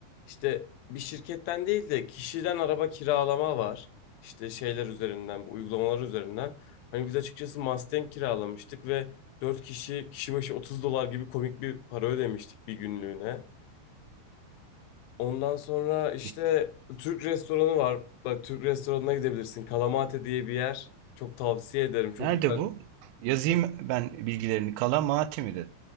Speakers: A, on the left (about 75°); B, on the right (about 80°).
A: İşte bir şirketten değil de kişiden araba kiralama var. İşte şeyler üzerinden, bu uygulamalar üzerinden. Hani biz açıkçası Mustang kiralamıştık ve 4 kişi kişi başı 30 dolar gibi komik bir para ödemiştik bir günlüğüne. Ondan sonra işte
B: E,
A: Türk restoranı var. Bak Türk restoranına gidebilirsin. Kalamate diye bir yer. Çok tavsiye ederim. Çok
B: Nerede
A: güzel
B: bu? Yazayım ben bilgilerini. Kalamata mi dedim?